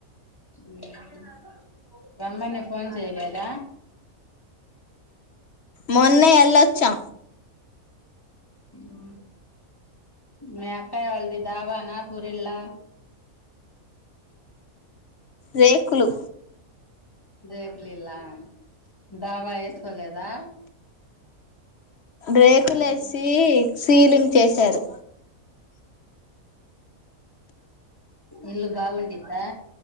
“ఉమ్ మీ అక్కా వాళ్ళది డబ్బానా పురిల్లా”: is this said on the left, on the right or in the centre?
Left